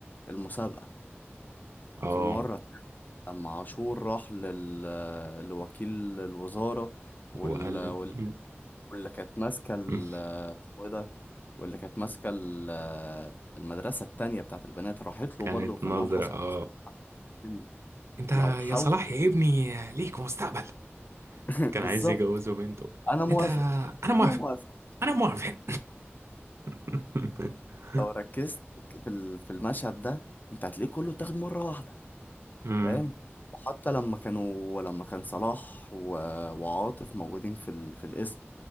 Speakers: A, on the left; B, on the right.
A: المسابقة
B: اه
A: في المرة التانية، لما عاشور راح لل... لوكيل الوزارة وال...
B: وقال له
A: وال...
B: أمم.
A: واللي كانت ماسكة ال...
B: أمم.
A: اسمه إيه ده واللي كانت ماسكة ال... المدرسة التانية بتاعت البنات راحت
B: كانت
A: له برضه وكان
B: نظره
A: معاهم حسن
B: اه
A: حسني
B: انت
A: لو حاول
B: يا صلاح يا ابني ليك مستقبل
A: <laughs>
B: كان
A: بالظبط
B: عايز يجوزه بنته
A: أنا موافق
B: انت انا موافق
A: أنا موافق
B: انا موافق <laughs>
A: لو ركزت في ال- في المشهد ده انت هتلاقيه كله اتاخد مره واحده
B: امم
A: فاهم وحتى لما كانوا لما كان صلاح و... وعاطف موجودين في ال... في القسم